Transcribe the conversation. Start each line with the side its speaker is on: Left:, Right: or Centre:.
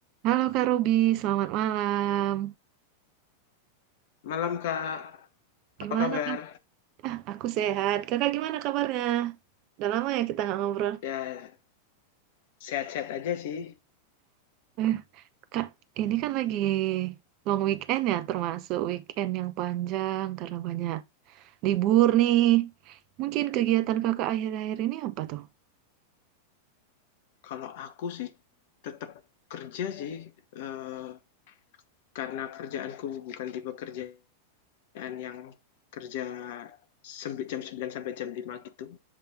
Right: Halo Kak Ruby, selamat malam.
Left: Malam Kak,
Right: Gimana
Left: apa kabar?
Right: Kak? Aku sehat. Kakak gimana kabarnya? Udah lama ya kita nggak ngobrol.
Left: Ya, sehat-sehat aja sih.
Right: Eh, Kak, ini kan lagi long weekend ya, termasuk weekend yang panjang karena banyak libur nih. Mungkin kegiatan kakak akhir-akhir ini apa tuh?
Left: Kalau aku sih tetap kerja sih, eh, karena kerjaanku bukan tipe kerjaan yang kerja sembi- jam 9 sampai jam 5 gitu.